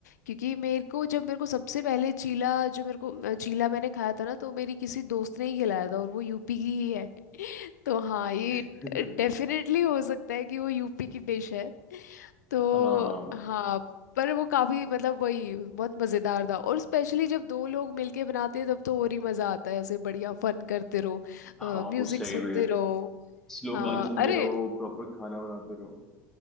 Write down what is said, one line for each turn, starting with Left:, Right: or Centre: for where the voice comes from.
Left: क्योंकि मेरे को जब मेरे को सबसे पहले चीला जो मेरे को अ, चीला मैंने खाया था ना तो मेरी किसी दोस्त ने ही खिलाया था और वो यूपी की ही है तो हाँ ये
Centre: <laughs>
Left: डेफिनेटली हो सकता है कि वो यूपी की डिश है तो
Centre: हाँ
Left: हाँ पर वो काफी मतलब वही बहुत मजेदार था और स्पेशली जब दो लोग मिलके बनाते हैं तब तो और ही मजा आता है ऐसे बढ़िया फन करते रहो
Centre: हाँ
Left: म्यूजिक
Centre: वो सही
Left: सुनते
Centre: भी है
Left: रहो
Centre: स्लो
Left: हाँ
Centre: गाने सुनते
Left: अरे
Centre: रहो प्रॉपर खाना बनाते रहो